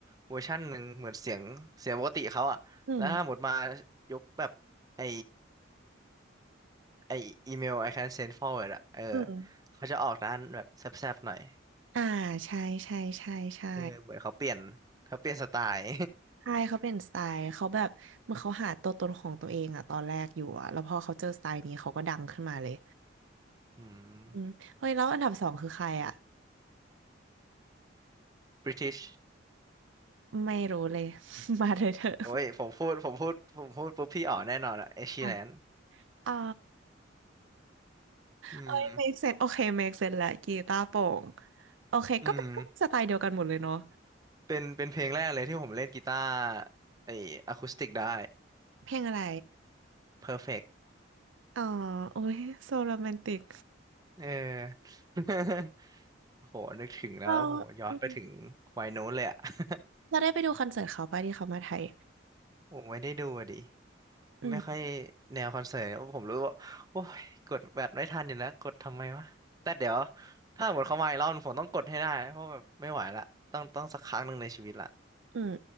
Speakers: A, on the right (about 20°); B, on the right (about 75°).
A: เวอร์ชันหนึ่งเหมือนเสียงเสียงปกติเขาอะแล้วถ้าหมดมา
B: อืม
A: ยุคแบบไอไออีเมล I can send forward อะเออ
B: อืม
A: เขาจะออกด้านแบบแซบๆหน่อย
B: อ่าใช่ใช่ใช่ใช่
A: เออเหมือนเขาเปลี่ยนเขาเปลี่ยนสไตล์
B: ใช่เขาเป็นสไตล์เขาแบบเหมื่อนเขาหาตัวตนของตัวเองอะตอนแรกอยู่อะแล้วพอเขาเจอสไตล์นี้เขาก็ดังขึ้นมาเลย
A: <laughs> อืม
B: อืมเฮ้ยแล้วอันดับสองคือใครอะ
A: บริติช
B: ไม่รู้เลย <laughs> มาเลยเถอะ
A: โอ้ยผมพูดผมพูดผมพูดปุ๊บพี่อ๋อแน่นอนอะเอชชีแลน
B: อ่ะอ๋อ
A: อืม
B: เอ้ย make sense โอเค make sense และกีตาร์โปร่งโอเคก็เป็นก็เป็นสไตล์เดียวกันหมดเลยเนาะ
A: อืม เป็นเป็นเพลงแรกเลยที่ผมเล่นกีตาร์ไอ้อะคูสติกได้
B: เพลงอะไร
A: Perfect
B: อ๋อโอ้ยโซโรแมนติก
A: เออ <laughs> โอ้โหนึกถึงแล้วโอ้โหย้อนไปถึง
B: เรา <laughs> อืม
A: วัยโน้นเลยอะ <laughs>
B: เราได้ไปดูคอนเสิร์ตเขาป่ะที่เขามาไทย
A: ผมไม่ได้ดูอะดิ
B: อืม
A: ไม่ค่อยแนวคอนเสิร์ตผมรู้ว่า โอ้ยกดแบบไม่ทันอยู่แล้วกดทำไมวะแต่เดี๋ยวถ้าหมดเขามาอีกรอบหนึ่งผมต้องกดให้ได้ เพราะแบบไม่ไหวละต้องต้องสักครั้งหนึ่งในชีวิตละ
B: อืม